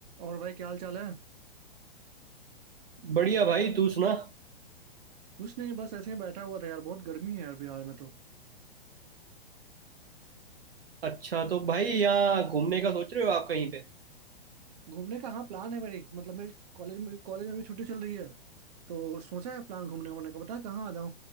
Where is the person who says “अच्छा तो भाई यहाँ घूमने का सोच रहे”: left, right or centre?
Right